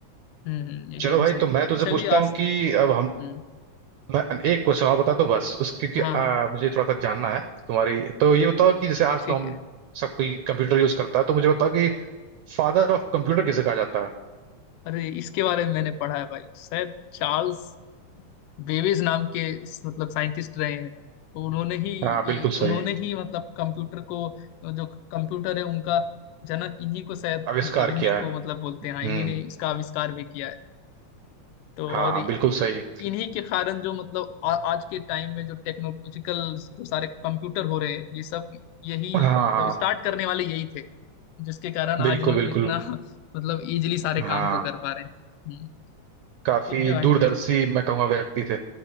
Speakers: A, on the left; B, on the right.
A: हम्म हम्म, एकदम
B: चलो भाई
A: सही
B: तो
A: है
B: मैं तुझसे
A: चलिए
B: पूछता
A: आज
B: हूँ कि
A: तो
B: अब हम
A: हम्म
B: मैं एक क्वेश्चन और बता दो बस उस क्योंकि
A: हाँ
B: अ,
A: हाँ
B: मुझे थोड़ा सा जानना है तुम्हारी तो ये बताओ कि जैसे आज
A: ठीक
B: तो हम
A: है
B: सब कोई कंप्यूटर यूज करता है तो मुझे बताओ कि फादर ऑफ कंप्यूटर किसे कहा जाता है
A: अरे इसके बारे में मैंने पढ़ा है भाई शायद चार्ल्स बेबेज नाम के इस- मतलब साइंटिस्ट रहे हैं तो उन्होंने ही
B: हाँ बिल्कुल
A: ये-
B: सही
A: उन्होंने ही मतलब कंप्यूटर को जो कंप्यूटर है उनका जनक इन्हीं को शायद
B: आविष्कार
A: मतलब इन्हीं
B: किया
A: को
B: है
A: मतलब बोलते हैं हाँ
B: हम्म
A: इन्हीं ने इसका आविष्कार भी किया है तो
B: हाँ
A: और इ-
B: बिल्कुल सही
A: इ- इन्हीं के कारण जो मतलब आ, आज के टाइम में जो टेक्नोलॉजिकल जो सारे कंप्यूटर हो रहे हैं ये सब यही
B: हाँ
A: मतलब
B: हाँ
A: स्टार्ट करने वाले यही थे जिसके कारण आज
B: बिल्कुल
A: हम
B: बिल्कुल
A: इतना <laughs> मतलब इजीली सारे
B: हाँ
A: काम को कर पा रहे हैं हम्म,
B: काफी
A: ठीक है भाई
B: दूरदर्शी
A: फिर
B: मैं कहूँगा व्यक्ति थे